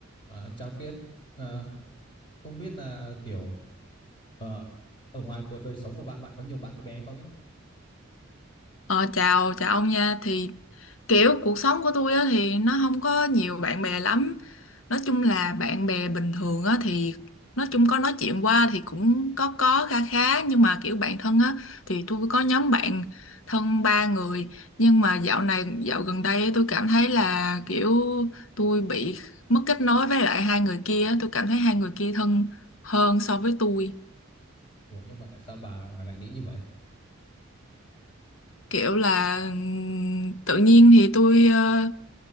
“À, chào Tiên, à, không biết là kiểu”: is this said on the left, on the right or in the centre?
Left